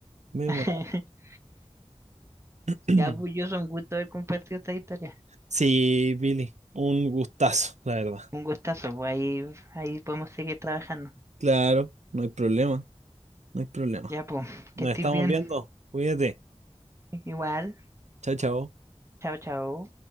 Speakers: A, on the right (about 80°); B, on the right (about 25°).
A: Memorable.
B: <laughs>
A: <clears throat>
B: ya, pues yo un gusto haber compartido esta historia.
A: Sí, Billy, un gustazo, la verdad.
B: Un gustazo, pues ahí, ahí podemos seguir trabajando.
A: Claro, no hay problema, no hay problema.
B: Ya, pues,
A: Nos
B: que estés
A: estamos
B: bien.
A: viendo. Cuídate.
B: Igual,
A: Chao, chao.
B: chao, chao.